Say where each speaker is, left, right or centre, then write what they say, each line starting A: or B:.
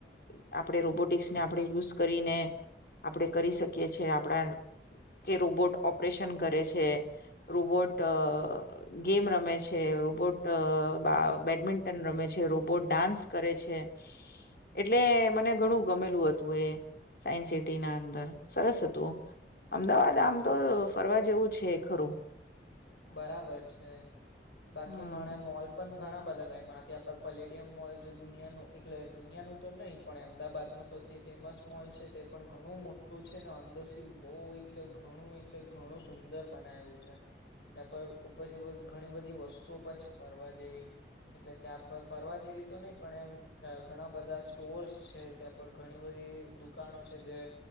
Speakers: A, on the left; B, on the left.
A: આપણે રોબોટિક્સને <unintelligible> આપણે યુઝ કરીને આપણે કરી શકીએ છે આપણા કે રોબોટ ઓપરેશન કરે છે રોબોટ ગેમ રમે છે રોબોટ બેડમિન્ટન રમે છે રોબોટ ડાન્સ કરે છે એટલે મને ઘણું ગમેલું હતું એ સાયન્સ સિટી ના અંદર સરસ હતું અમદાવાદ આમ તો ફરવા જેવું છે ખરું
B: બરાબર છે બાકી
A: હમ
B: મને મોલ પણ ઘણા બધા ગયામાં ત્યાં પલેડિયમ મોલ જે દુનિયાનું એટલે દુનિયાનું તો નહી પણ અમદાવાદમાં સૌથી ફેમસ મોલ છે તે પણ ઘણું મોટું છે ને અંદરશ બહલે ઘણું એલે ઘણું સુંદર બનાયું છે ત્યાં પર ઉપછી ઘણી બધી વસ્તુઓ પણ છે ફરવા જેવી એટલે ત્યાં પર ફરવા જેવી તો નહી પણ એમ ઘણા બધા સ્ટોર્સ છે ત્યાં પર ઘણી બધી દુકાનો છે જે